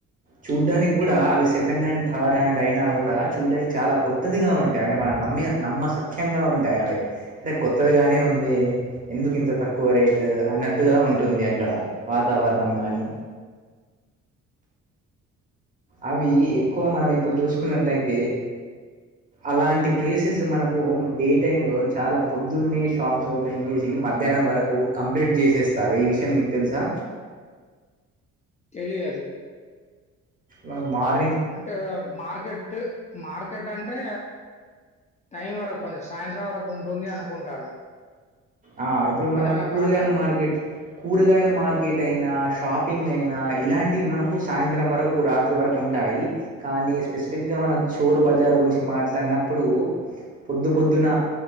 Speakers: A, on the right (about 25°); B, on the left (about 25°).
A: చూడ్డానికి కూడా అవి సెకండ్ హ్యాండ్ థర్డ్ హ్యాండ్ అయినా కూడా చూడ్డానికి చాలా కొత్తదిగా ఉంటాయి అంటే మన న మ్మె నమ్మ సఖ్యంగా ఉంటాయి అవి అరే కొత్తదిగానే ఉంది ఎందుకు ఇంత తక్కువ రేటు అన్నట్టుగా ఉంటుంది అక్కడ వాతావరణం గాని అవి ఎక్కువ మనం ఇప్పుడు చూసుకున్నట్టయితే అలాంటి ప్లేసెస్ మనకు డే టైమ్ లో చాలా పొద్దున్నే షాప్స్ ఓపెన్ చేసి మధ్యాహ్నం వరకు కంప్లీట్ చేసేస్తారు ఈ విషయం మీకు తెలుసా
B: తెలియదు
A: మనం మార్నిం
B: అంటే మార్కెట్ మార్కెట్ అంటే టైం వరకు కొంచెం సాయంత్రం వరకు ఉంటుంది అనుకుంటాను
A: ఆ ఇప్పుడు
B: కానీ
A: మనకు
B: అలా
A: కూరగాయల
B: కాదా?
A: మార్కెట్ కూరగాయల మార్కెట్ అయినా షాపింగ్ అయినా ఇలాంటివి మనకు సాయంత్రం వరకు రాత్రి వరకు ఉంటాయి కానీ స్పెసిఫిక్గా మనం చోరు బజార్ గురించి మాట్లాడినప్పుడు పొద్దు పొద్దున